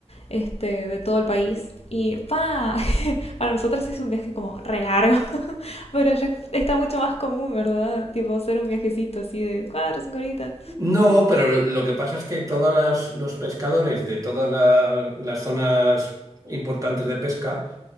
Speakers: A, on the left; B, on the right.
A: este, de todo el país. Y pa, <laughs> para nosotros es un viaje como re largo, <laughs> pero ya está mucho más común, ¿verdad? Tipo hacer un viajecito así de cuatro o cinco horitas.
B: No, pero lo, lo que pasa es que todos las- los pescadores de todas la- las zonas importantes de pesca